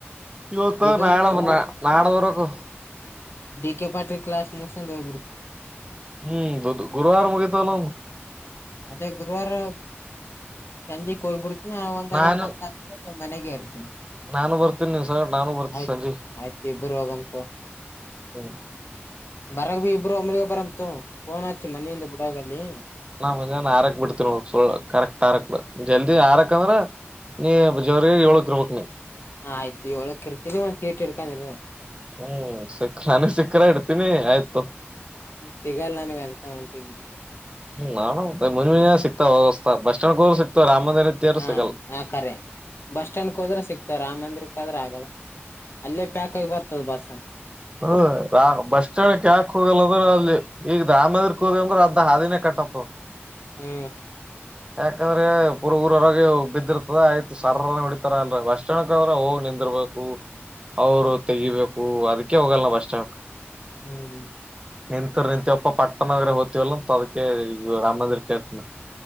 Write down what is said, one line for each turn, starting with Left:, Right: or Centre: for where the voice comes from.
Right: ಇವತ
Left: ಬುಧವಾರ
Right: ನಾಳೆ
Left: ದಿನ
Right: ನಡದ್ ಬರ್ಬೆಕ್.
Left: ಡಿ ಕೆ ಪಾಟಿಲ ಕ್ಲಾಸ ಮುಗುಸ್ಕೊಂಡು ಹೋಗಿಬಿಡ್
Right: ಹ್ಮ್ ಗುರುವಾರ ಮುಗೋತವ ನಮವು.
Left: ಅದೇ ಗುರುವವಾರ ಸಂಜೆ ಕೊಯ್ಬಿಡ್. ಹಾ ಒಂದರ
Right: ನಾನು
Left: ಒಂದ್ ತಾಸ್. ಮನೆಗೆ ಇರ್ತೀನಿ.
Right: ನಾನು ಬರ್ತೀನಿ ನೀನ್ ಸರ್ ನಾನು ಬರ್ತೀನಿ
Left: ಆಯ್ತ
Right: ಸಂಜೆ
Left: ಆಯ್ತು ಇಬರು ಹೋಗಮ್ತಗ
Right: ಹ್ಮ್
Left: ಬರ್ದ್ ಇಬರು ಓಮಿಗೆ ಬಾರಮ್. ತ್ತ ಫೋನ್ ಆಚ್ಚು ಮನೆಯಿಂದ ಬಿಡೋಗಲ್ಲಿ.
Right: ಅವಾದ ನಾ ಮುಂಜೆನೇ ಆರಕ್ ಬಿಡ್ತೀನ ಕರೆಕ್ಟ್ ಆರಕ್ ಜಲ್ದಿ ಆರಕ್ ಅಂದ್ರ ನೀ ಜಾರಿ ಯೋಳುಕ್ ಇರಬೇಕೆನಿ.
Left: ಹ ಆಯ್ತು ಏಳಕ್ ಇರ್ತೀರಿ ಒಂದ್ ಸೀಟ್ ಇಡ್ಕೊಂಡಿರೂ.
Right: ಹ್ಮ್ ಸಿಕ್ಕ ನಾನು ಸಿಕ್ಕರ ಇಡ್ತೀನಿ ಆಯ್ತು.
Left: ಸಿಗಲ್ ನನ್ಗ ಅಂತ ಹೊಂಟಿಗ್ ನಿಮ್ಗೆ
Right: ಹ್ಮ ನ ಮುಂಜ ಸಿಗ್ತವೆ ವಸ್ತಾ ಬಸ್ ಸ್ಯಾಂಡ್ಗೆೋರು ಸಿಕ್ತವೆ ರಾಮ ಮಂದಿರ ಹತ್ತಿರ
Left: ಹಾ
Right: ಸಿಗಲ್ಲ
Left: ಆ ಕರೆ ಬಸ್ ಸ್ಟ್ಯಾಂಡ್ ಹೋದ್ರೆ ಸಿಕ್ತವ ರಾಮ್ ಮಂದಿರಕ ಅಂದ್ರೆ ಆಗಲ್ಲ ಅಲ್ಲೇ ಪ್ಯಾಕ್ ಆಗಿ ಬರ್ತದ ಬಸ್.
Right: ಹ್ಮ ಬಸ್ ಸ್ಟ್ಯಾಂಡ ಯಾಕ ಹೋಗಲ್ಲದ್ರ ಅಲ್ಲಿ ಈಗ ರಾಮನಗರದಗ್ ಗ್ರ ಅರ್ಧ ಹಾದಿನೇ ಕಟ್ಟಆತದ.
Left: ಹ್ಮ
Right: ಯಾಕಂದ್ರೆ ಪುರ ಊರರಗೆ ಬಿದ್ದಿರ್ತದ ಆಯ್ತು ಸರ್ರ ಹೊಡಿತಾರ ಅಲ್ರ ಬಸ್ ಸ್ಟಾಂಡ್ಡಕ್ ಅವ್ರ ಹೋಗಿ ನಿಂದಿರ್ಬೇಕು ಅವರು ತೆಗಿಬೇಕು ಅದಕ್ ಕೆ ಹೋಗಲ್ಲ ಬಸ್ ಸ್ಟ್ಯಾಂಡಕ್.
Left: ಹ್ಮ್ ಹ್ಮ
Right: ನಿಂತರ ನಿಂತವಪ್ಪ ಪಟ್ಟಣನಗ್ರ ಹೋಗ್ತಿವಲ್ಲ ಅಂತ ಅದಕ ಈಗ ರಾಮ ಮಂದಿರ್ ಕೇತನ.